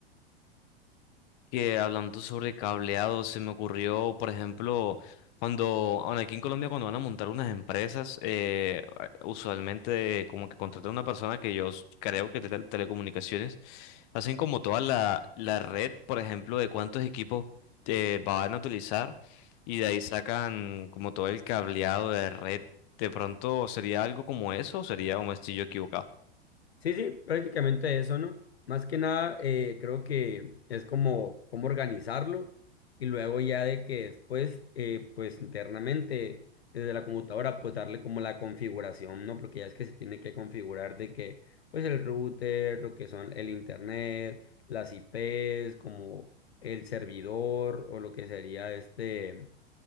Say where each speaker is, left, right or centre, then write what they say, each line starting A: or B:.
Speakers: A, on the left; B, on the left.
A: Que hablando sobre cableado, se me ocurrió, por ejemplo, cuando, bueno, aquí en Colombia cuando van a montar unas empresas, eh, usualmente como que contratan a una persona que yo s- creo que es de tele- telecomunicaciones Hacen como toda la, la red, por ejemplo, de cuántos equipos eh, van a utilizar y de ahí sacan como todo el cableado de red. De pronto sería algo como eso, o sería un estoy yo equivocado.
B: Sí, sí, prácticamente eso, ¿no? Más que nada, eh, creo que es como, cómo organizarlo y luego ya de que después, eh, pues internamente, desde la computadora, pues darle como la configuración, ¿no? Porque ya es que se tiene que configurar de que, pues el router, lo que son el internet, las IPs, como el servidor o lo que sería este.